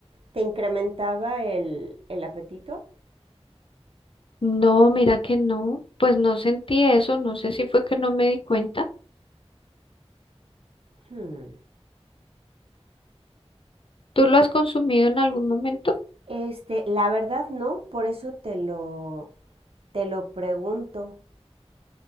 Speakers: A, on the right (about 60°); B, on the left (about 55°).
A: te incrementaba el, el apetito?
B: No, mira que no, pues no sentí eso, no sé si fue que no me di cuenta.
A: Hmm.
B: ¿Tú lo has consumido en algún momento?
A: Este, la verdad no, por eso te lo, te lo pregunto.